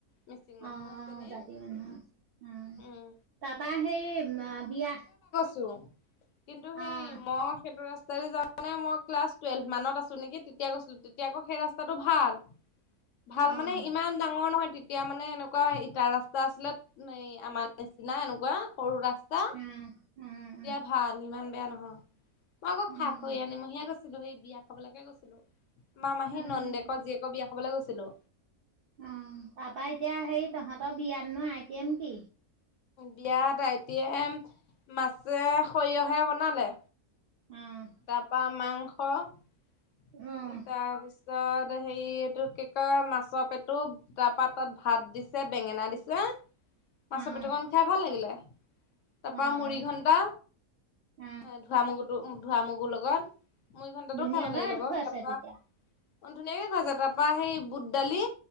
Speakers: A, on the left; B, on the right.
A: মিচিং মানুহ
B: অ
A: আছেনে
B: জাতি মানুহ অ,
A: উম
B: তাপা সেই বিয়া
A: চুহ কিন্তু
B: অ',
A: সেই মহঠ সেইটো ৰাস্তা যাওঁতে মই ক্লাছ টুৱেলভ মানত আছো নেকি তেতিয়া গৈছিলো। তেতিয়া আকৌ সেই ৰাস্তাটো ভাল। ভাল
B: অ',
A: মানে ইমান ডাঙৰ নহয় তেতিয়া মানে এনেকুৱা ইটাৰ ৰাস্তা আছিলে। নেই আমাৰ নিচ- চিনা এনেকুৱা সৰু ৰাস্তা।
B: উহ উ।
A: এতিয়া ভাল ইমান বেয়া নহয় মই আকৌ
B: উম,
A: খাক খৈয়া আনিম মহিয়া আক তিল বায়িত বিয়া খাবলৈকে গৈছিলো, মা মাহী
B: উম,
A: নন্দেকৰ জীয়েকৰ বিয়া খাবলৈ গৈছিলো।
B: উম তা পা এতিয়া সেই তহঁতৰ বিয়াত ন আইটিএম কি?
A: বিয়াত আইটিএম মাছে সৰিয়হে বনালে।
B: উম।
A: তাপা মাংস তাৰপিছত
B: অ',
A: যত হেৰি এইটো কি কয় মাছৰ পেটু তা পা তাত ভাত দিছে, বেঙেনা দিছে। মাছৰ
B: অ',
A: পেটু কণ খাই ভাল লাগিলে। তা
B: অ',
A: পা মুৰি ঘন্টা,
B: অ'।
A: ধোৱা মগুো ধোৱা মগুৰ লগত। মুৰি ঘণ্টাটো
B: ধুনীয়াকে
A: খাব লাগিলে
B: দেখুৱাই
A: বাৰু
B: আছে
A: তা পা
B: তেতিয়া।
A: অ ধুনীয়াকে খোৱাইছে তা পা সেই বুট দালি